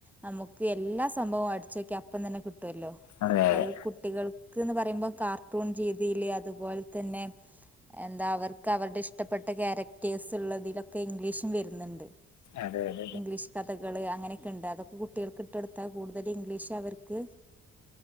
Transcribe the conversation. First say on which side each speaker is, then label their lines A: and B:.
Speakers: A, in the centre; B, on the left (about 70°).
A: നമുക്ക് എല്ലാ സംഭവവും അടിച്ച് നോക്കിയാൻ അപ്പതന്നെ കിട്ടുവല്ലോ?
B: അതെ അതെ
A: അത് കുട്ടികൾ ക്ക് പറയുമ്പോം കാർട്ടൂൺ രീതിയില് അതുപോലെ തന്നെ എന്താ അവർക്ക് അവരുടെ ഇഷ്ടപ്പെട്ട ക്യാരക്ടേഴ്സ് ഉള്ളതിലൊക്കെ ഇംഗ്ലീഷും വരുന്നുണ്ട്.
B: അതെ അതെ
A: ഇംഗ്ലീഷ് കഥകള്, അങ്ങനെയൊക്കെ ഉണ്ട്. അതൊക്കെ കുട്ടികൾക്ക് ഇട്ട് കൊടുത്താൽ കൂടുതലും ഇംഗ്ലീഷ് അവർക്ക്